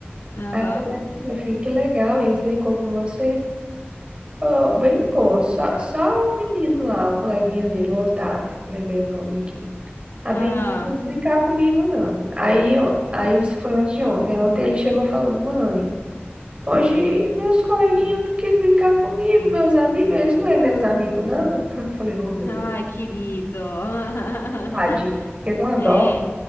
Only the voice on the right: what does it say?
Aí eu falei, "Ah, meu filho, que legal, eles brincou com você? Falou, brincou, só, só o menino lá, o coleguinha dele, o Otávio, lembrei o nome aqui. A
Bianca não quis brincar comigo, não. Aí, eu- aí isso foi antes de ontem. Ontem ele chegou falando, mãe. Hoje meus coleguinhas não quis brincar comigo, meus amigos, eles não é meus amigos, não. <laughs> Eu falei, oh meu
Deus,
tadinho, fiquei com uma dó.